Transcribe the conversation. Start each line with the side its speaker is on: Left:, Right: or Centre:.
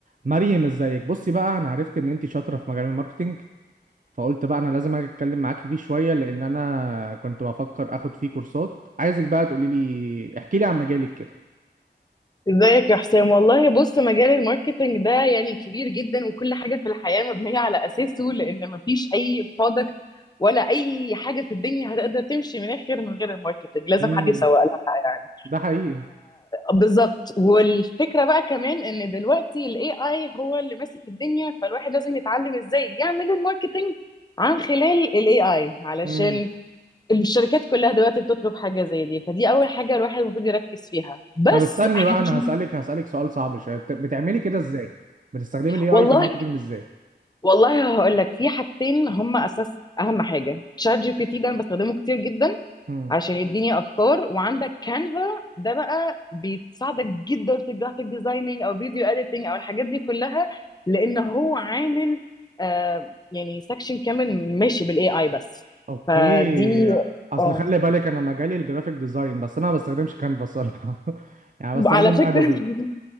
Right: مريم ازيك بصي بقى انا عرفت ان انت شاطره في مجال الماركتينج فقلت بقى انا لازم اجي اتكلم معاكي فيه شويه لان انا كنت بفكر اخد فيه كورسات عايزك بقى تقولي لي احكي لي عن مجالك كده
Left: ازيك يا حسام والله بص مجال الماركتينج ده يعني كبير جدا وكل حاجة في الحياة مبنية على أساسه لأن مفيش أي برودكت ولا أي حاجة في الدنيا هتقدر تمشي من آخر من غير الماركتينج لازم
Right: امم
Left: حد يسوق لها يعني
Right: ده حقيقي
Left: بالظبط والفكرة بقى كمان إن دلوقتي ال AI هو اللي ماسك الدنيا فالواحد لازم يتعلم إزاي يعمل الماركتينج عن خلال ال AI علشان
Right: امم
Left: الشركات كلها دلوقتي بتطلب حاجة زي دي فدي أول حاجة الواحد المفروض يركز فيها بس
Right: طب استني
Left: هتقول
Right: بقى انا هسالك هسالك سؤال صعب شويه بت- بتعملي كده ازاي بتستخدمي الاي اي
Left: والله
Right: في الماركتينج ازاي
Left: والله هقول لك في حاجتين هم اساس اهم حاجه شات جي بي تي ده انا بستخدمه كتير جدا
Right: امم
Left: عشان يديني افكار وعندك كانفا ده بقى بيساعدك جدا في الجرافيك ديزايننج او فيديو اديتنج او الحاجات دي كلها لان هو عامل آه يعني سكشن كامل ماشي بالاي اي بس
Right: اوكي
Left: فدي
Right: اصل
Left: اه
Right: خلي بالك انا مجالي الجرافيك ديزاين بس انا ما بستخدمش كانفا الصراحه <laughs> يعني بستخدم
Left: على فكره
Right: ادوبي
Left: <laughs>